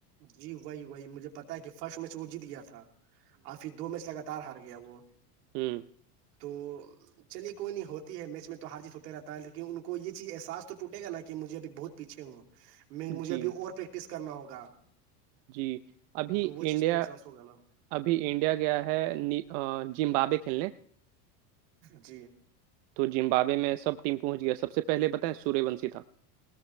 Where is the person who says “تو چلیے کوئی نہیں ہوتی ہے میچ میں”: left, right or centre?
Right